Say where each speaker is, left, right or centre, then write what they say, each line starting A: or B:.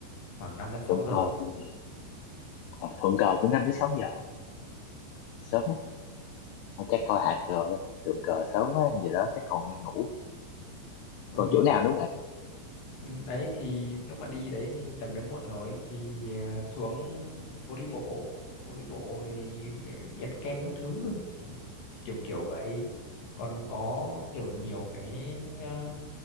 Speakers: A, on the left; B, on the left.
A: khoảng 5 đến 6
B: thượng
A: giờ
B: cờ
A: bạn
B: thì ờ, thượng cờ cũng năm tới sáu giờ sớm á Thôi chắc coi hạ cờ thôi thượng cờ sớm quá giờ đó chắc còn đang ngủ
A: ạ
B: còn chỗ nào nữa không bạn
A: Ừ, đấy thì lúc mà đi đấy thì tầm đấy muộn rồi thì ờ, xuống phố đi bộ phố đi bộ thì ờ, nhặt kem các thứ kiểu kiểu vậy còn có kiểu nhiều cái ờ,